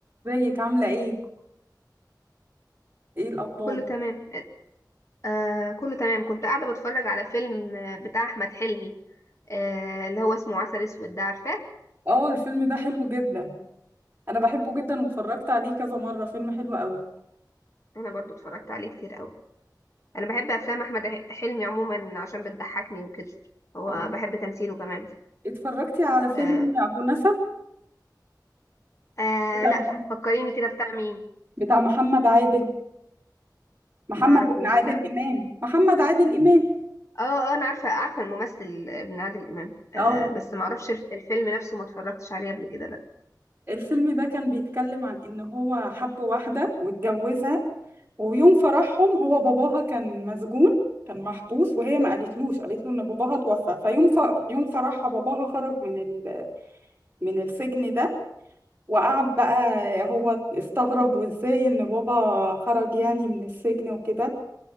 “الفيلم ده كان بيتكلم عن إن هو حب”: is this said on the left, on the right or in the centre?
Right